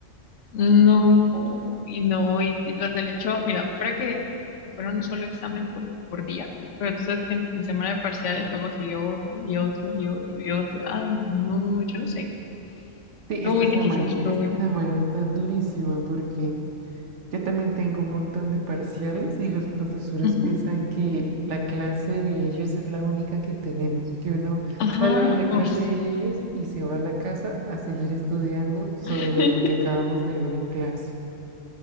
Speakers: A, on the left (about 70°); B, on the right (about 70°).
A: No, y no, y, y tras del hecho, mira, fuera que, que fuera un solo examen por, por día, pero tú sabes que en, en semana de parciales luego siguió otro, y otro, y otro, y otro. Ay, no, yo no sé.
B: Sí,
A: Todo
B: esta
A: muy
B: semana,
A: difícil, todo
B: esta
A: muy difícil.
B: semana está durísima porque Yo también tengo un montón de parciales y los profesores
A: Ujú.
B: piensan que la clase de ellos es la única que tenemos, que uno
A: Ajá,
B: sale de la
A: oh,
B: clase
A: sí.
B: de ellos y se va a la casa a seguir estudiando sobre
A: <laughs>
B: lo que acabamos de ver en clase.